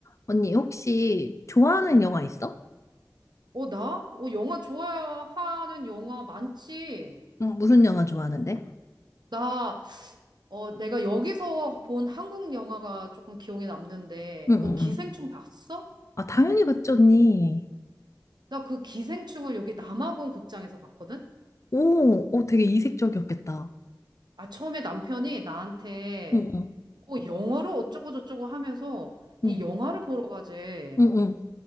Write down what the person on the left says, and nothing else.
언니, 혹시 좋아하는
영화 있어?
응, 무슨 영화 좋아하는데?
응,
응,
응.
아, 당연히 봤죠, 언니.
오, 어, 되게 이색적이었겠다.
응,
응,
응, 응, 응.